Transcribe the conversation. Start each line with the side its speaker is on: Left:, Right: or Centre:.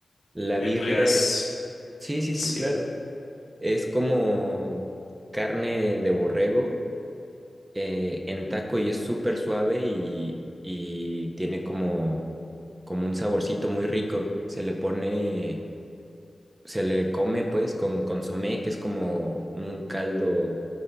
Right: La
Left: ¿Me
Right: birria
Left: podrías
Right: es, sí, sí,
Left: Sí,
Right: sí, claro, es como carne de borrego eh, en taco y es súper suave y, y tiene como, como un saborcito muy rico. Se le pone se le come pues con consomé, que es como un caldo